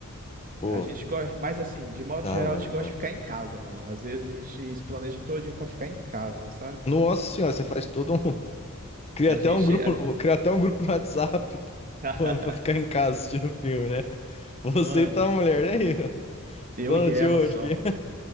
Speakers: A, on the left (about 30°); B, on the right (about 40°).
A: Pô,
B: A gente gosta, mas assim, de modo
A: da
B: geral,
A: hora,
B: a gente gosta
A: cara.
B: de ficar em casa, mano. Às vezes a gente se planeja todinho pra ficar em casa, sabe?
A: Nossa senhora, você faz todo um. <laughs> Cria
B: A
A: até
B: gente.
A: um grupo,
B: a-
A: cria até um grupo no WhatsApp <laughs>
B: <laughs>
A: plano pra ficar em casa assistindo filme, né? <laughs> Você
B: Mano,
A: e tua mulher, né? <laughs>
B: eu
A: Plano
B: e ela
A: de hoje
B: só,
A: aqui.
B: mano.
A: <laughs>